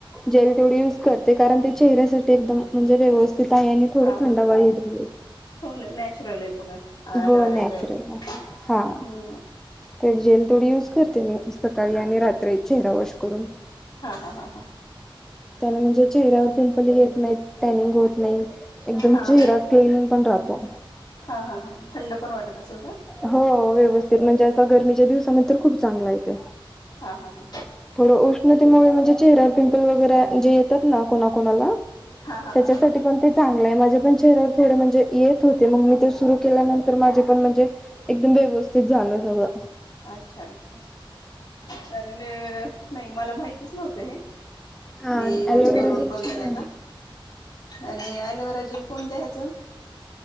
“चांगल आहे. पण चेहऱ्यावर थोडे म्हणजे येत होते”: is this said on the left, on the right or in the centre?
Centre